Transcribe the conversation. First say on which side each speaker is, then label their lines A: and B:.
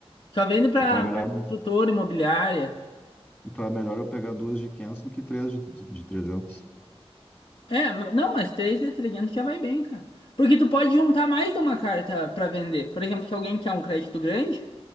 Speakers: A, on the left; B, on the left.
A: Só vende pra,
B: Então é melhor,
A: pra construtora imobiliária.
B: então é melhor eu pegar duas de 500 do que três de, de de 300.
A: É, ma- não, mas três de 300 já vai bem, cara. Porque tu pode juntar mais de uma carta pra vender. Por exemplo, se alguém quer um crédito grande.